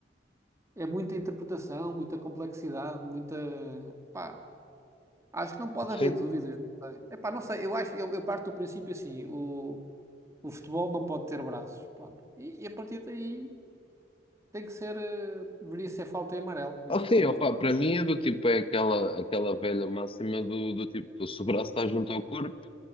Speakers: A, on the right; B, on the left.
A: é muita interpretação, muita complexidade, muita, pá, acho que não pode haver
B: Sim.
A: dúvidas, não sei. É pá, não sei, eu acho, eu, eu parto do princípio assim, o, o futebol não pode ter braços, pronto. E, e a partir daí tem que ser, eh, deveria ser falta em amarelo, mas
B: Ah,
A: pronto.
B: sim, opa, para mim é do tipo, é aquela, aquela velha máxima do, do tipo, se o braço está junto ao corpo,